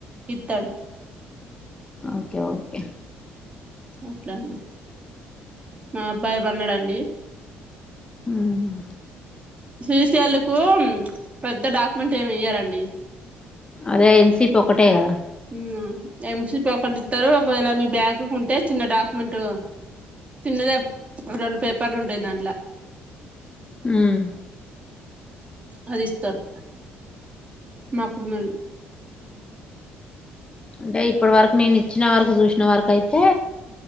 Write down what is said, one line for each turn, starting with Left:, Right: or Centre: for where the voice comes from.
Right: ఇత్తడు
Left: ఓకే ఓకే
Right: అట్లాండి ఆ అబ్బాయి బాగున్నాడా అండి
Left: హ్మ్మ్
Right: సిసిఎల్ కు పెద్ద డాక్యుమెంట్ ఏమి ఇయ్యారండి
Left: అదే ఎల్ సిపి ఒక్కటే కదా
Right: ఉమ్ ఎంసిపి అకౌంట్ ఇత్తరు ఒకవేళ మీ బ్యాగ్ కు ఉంటే చిన్న డాక్యుమెంట్ చిన్నదే రెండు పేపర్లు ఉంటాయి దాంట్ల
Left: ఉమ్
Right: అది ఇస్తారు మాకు ఉన్నది
Left: అంటే ఇప్పటి వరకు నేను ఇచ్చిన వరకు చూసిన వరకు అయితే